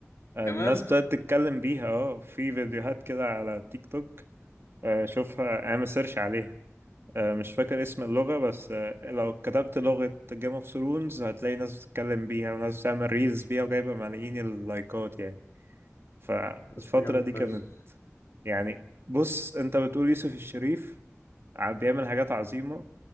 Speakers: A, on the right (about 55°); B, on the left (about 80°).
A: الناس
B: كمان
A: بدأت تتكلم بيها اه في فيديوهات كده على تيك توك آه، شوفها اعمل سيرش عليها آه، مش فاكر اسم اللغة بس آه، لو كتبت لغة جيم اوف ثرونز هتلاقي ناس بتتكلم بيها وناس بتعمل ريلز بيها وجايبة ملايين اللايكات يعني فالفترة
B: <laughs> يا اسطى جامد
A: دي
B: فشخ
A: كانت يعني بص انت بتقول يوسف الشريف ع- بيعمل حاجات عظيمة